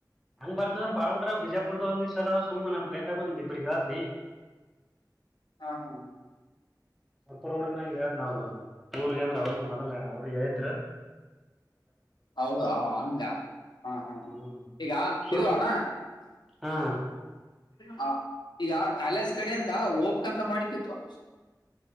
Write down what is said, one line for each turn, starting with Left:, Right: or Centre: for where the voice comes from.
Centre: ಹಂಗ್ ಬರ್ತಂದ್ರ ಬಾಳ ಬಿಡ್ರ ಬಿಜಾಪುದ ಒಂದ್ಸ ಸುಮನಾ ಬೇಕಾದ ಒಂದ್ ಇಬ್ರಿಗೆ ಏಳತೀನಿ
Left: ಹಾ ಹಾ ಹಾ...
Centre: ಸ್ವಲ್ಪ ಹೋಡನ ಹೇಳನ ಅವ್ರು ಊರು ಅವ್ರು ಮೊದಲ ಅವ್ರು ಹೇಳಿದ್ರರು
Left: ಹೌದಾ ಹಂಗ ಹಾ ಹಾ
Centre: ಹ್ಮ್
Left: ಹಾ ಈಗ
Centre: ಸುರು
Left: ಇದು ಅಣ್ಣ
Centre: ಹಾ
Left: ಹ ಈಗ ಕಾಲೇಜ್ ಕಡೆ ಅಂತ ಹೋಗ್ಕ್ಂತ ಮಾಡತಿಪ್ಪಾ